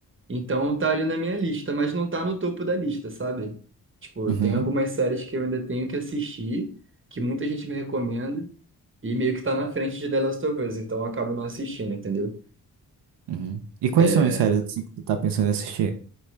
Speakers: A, on the right; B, on the right.
A: Então tá ali na minha lista, mas não tá no topo da lista, sabe? Tipo,
B: Uhum,
A: tem algumas séries que eu ainda tenho que assistir, que muita gente me recomenda, e meio que tá na frente de The Last of Us, então eu acabo não assistindo, entendeu?
B: uhum. E quais
A: É,
B: são as séries assim, que tu tá pensando em assistir?